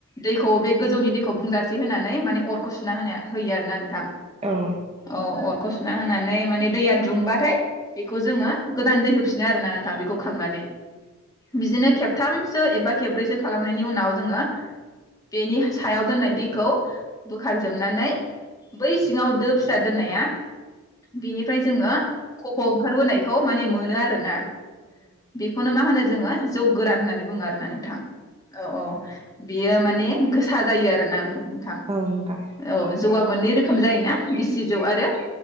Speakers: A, on the left; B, on the right.
A: दैखौ बे गोजौनि दैखौ बुंजासे होनानै माने अरखौ सुना होनो होयो आरोना नोंथां
B: औ नोंथां औ नोंथां औ
A: औ अरखौ सुना होनानै माने दैया दुंबा बेखौ जोङो गोदान दै होफिनो आरो ना नोंथां बेखौ खांनानै बिदिनो खेबथामसो एबा खेबब्रैसो खालामनायनि उनाव जोङो बेनि सायाव दोननाय दैखौ बोखार जोबनानै बै सिङाव दो फिसा दोननाया बेनिफ्राय जोङो खफ' ओंखारबोनायखौ माने मोनो आरोना बेखौनो मा होनो जोङो जौ गोरान होननानै बुङो आरोना नोंथां औ औ बेयो माने गोसा जायो आरो ना नोंथां
B: औ नोंथां
A: औ जौआ मोननै रोखोम जायोना गिसि जौ आरो